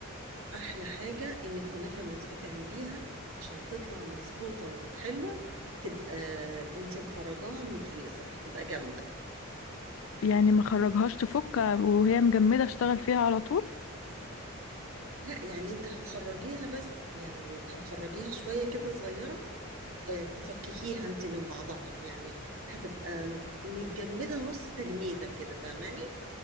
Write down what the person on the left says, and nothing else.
يعني ما خرجهاش تفك وهي مجمدة اشتغل فيها على طول